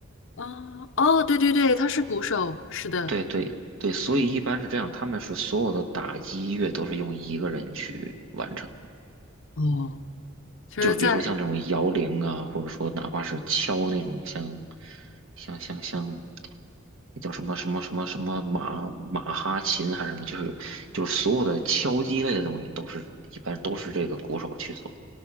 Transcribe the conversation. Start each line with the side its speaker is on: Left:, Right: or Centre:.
Left: 啊，哦，对对对，他是鼓手，是的。
Right: 对对对，所以一般是这样，他们是所有的打击乐都是用一个人去完成，
Left: 哦，其实，
Right: 就是比如说像这种摇铃啊，
Left: 在，
Right: 或者说哪怕是敲那种像像像像那叫什么什么什么什么马马哈琴还是什么，就是就是所有的敲击类的东西都是一般都是这个鼓手去做。